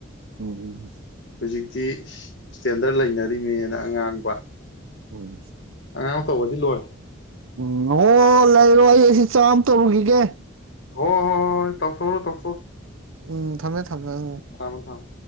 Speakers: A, on the right; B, on the left.
A: ꯎꯝ ꯎꯝ
B: ꯍꯧꯖꯤꯛꯇꯤ ꯏꯁꯇꯦꯟꯗꯔꯠ ꯂꯩꯅꯔꯤꯅꯦꯅ ꯑꯉꯥꯡꯕ
A: ꯎꯝ
B: ꯑ ꯇꯧꯒ꯭ꯔꯗꯤ ꯂꯣꯏꯔꯦ
A: ꯎꯝ ꯑꯣ <unintelligible> ꯇꯔꯨꯒꯤꯒꯦ
B: ꯍꯣ ꯍꯣꯏ ꯇꯧꯊꯣꯛꯎꯔꯣ ꯇꯧꯊꯣꯛꯎꯔꯣ
A: ꯎꯝ ꯊꯝꯃꯦ ꯊꯝꯃꯦ ꯎꯝ
B: ꯊꯝꯃꯣ ꯊꯝꯃꯣ